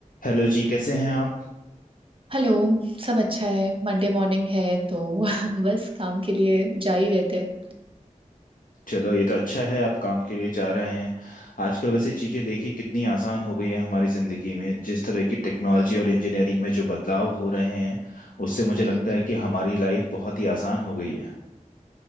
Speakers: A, on the left (about 85°); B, on the right (about 40°).
A: हेलो जी कैसे हैं आप
B: हेलो सब अच्छा है मंडे मॉर्निंग है तो <laughs> बस काम के लिए जा ही रहते हैं
A: चलो ये तो अच्छा है आप काम के लिए जा रहे हैं आजकल वैसे चीज़ें देखिए कितनी आसान हो गई है हमारी ज़िंदगी में जिस तरह की टेक्नोलॉजी और इंजीनियरिंग में जो बदलाव हो रहे हैं उससे मुझे लगता
B: हम्म
A: है
B: हम्म।
A: कि हमारी लाइफ बहुत ही आसान हो गई है